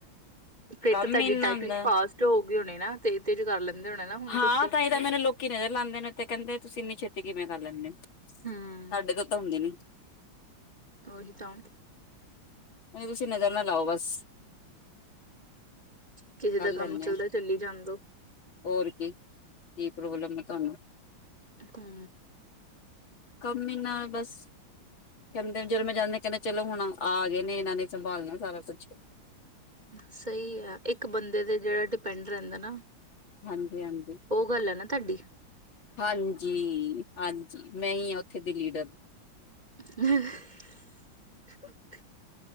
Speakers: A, on the right; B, on the left.
A: ਫਿਰ
B: ਕੰਮ
A: ਤਾਂ ਤੁਹਾਡੀ
B: ਈ ਇੰਨਾ
A: ਟਾਈਪਿੰਗ
B: ਹੁੰਦਾ
A: ਫਾਸਟ ਹੋ ਗਏ ਹੋਣੇ ਨਾ ਤੇ ਤੇਰੇ ਕਰ ਲੈਂਦੇ ਹੋਣੇ ਨਾ ਹੁਣ
B: ਹਾਂ,
A: ਤੁਸੀਂ
B: ਤਾਂਈ ਤਾਂ ਮੈਨੂੰ ਲੋਕੀ ਨਜਰ ਲਾਂਦੇ ਨੇ ਤੇ ਕੈਂਦੇ ਤੁਸੀ ਏਨੀ ਛੇਤੀ ਕਿਵੇ ਕਰ ਲੈਨੇ ਓ। ਸਾਡੇ
A: ਹਮ
B: ਤੋ ਤਾ ਹੁੰਦੀ ਨੀ।
A: ਓਹੀ ਤਾਂ
B: ਓਂ ਤੁਸੀਂ ਨਜ਼ਰ ਨਾ ਲਾਓ ਬਸ।
A: ਕਿਸੇ
B: ਕਰ
A: ਦਾ
B: ਲੈਂਦੇ
A: ਕੰਮ ਚੱਲਦੈ
B: ਆ
A: ਚੱਲੀ ਜਾਣ ਦੋ।
B: ਹੋਰ ਕੀ, ਕੀ ਪ੍ਰੋਬਲਮ ਐ ਤਾਨੂੰ
A: ਹੂੰ
B: ਕਮ ਇ ਨਾ ਬਸ ਕੈਂਦੇ ਜਦੋ ਮੈ ਜਾਂਦੀ ਕੈਂਦੇ ਚਲੋ ਹੁਣ ਆ ਗਏ ਨੇ ਇਨਾ ਨੇ ਸੰਭਾਲਣਆ ਸਾਰਾ ਕੁੱਛ।
A: ਸਈ ਆ ਏਕ ਬੰਦੇ ਦੇ ਜਿਹੜਾ ਡਿਪੈਂਡ ਰੈਂਦਾ ਨਾ
B: ਹਾਂਜੀ- ਹਾਂਜੀ।
A: ਓ ਗੱਲ ਐ ਨਾ ਥਾਡੀ।
B: ਹਾਂਜੀ- ਹਾਂਜੀ ਮੈਂ ਈ ਆਂ ਉਥੇ ਦੀ ਲੀਡਰ।
A: ਹ <unintelligible> <inaudible>